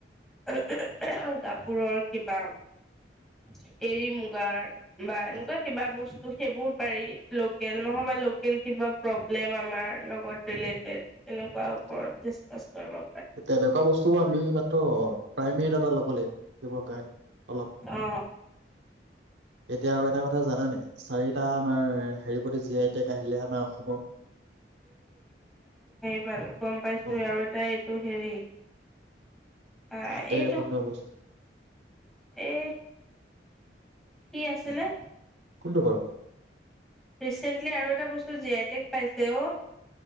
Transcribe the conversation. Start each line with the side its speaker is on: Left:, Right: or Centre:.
Centre: কাপোৰৰ কিবা। <inaudible> এৰী মুগাৰ বা এনেকুৱা
Right: অ
Centre: কিবা বস ত ', সেইবোৰ পাৰি। লোকেল
Right: অ
Centre: নহ'বা লো <unintelligible> কিবা প্ৰব্লেম আমাৰ লগৰ ৰিলেটেড তেনেকুৱা
Right: সেইটোৱে
Centre: ওপৰত ডিচকাচ কৰিব
Right: তেনেকুৱা বস্তুবোৰ আমি মাত্ৰ প্ৰাইমেৰ ডাটা ল'ব লাগিব শিকিবৰ কাৰণে অলপ
Centre: অ
Right: এতিয়া আৰু এটা কথা জানানে চাৰি টা আমাৰ হেৰি প্ৰতি জি আই টেক আহিলে আমাৰ অসমৰ
Centre: ওৱেল গম পাইছো
Right: অ
Centre: হে আৰু এটা এইটো ৰি আহ
Right: হাতেৰে
Centre: এইটো
Right: বনোৱা বস্তু
Centre: এ কি আছিলে
Right: কোনটো বাৰু
Centre: ৰিচেন্টলি আৰু এটা বস্তু জি আই টেক পাইছে অ'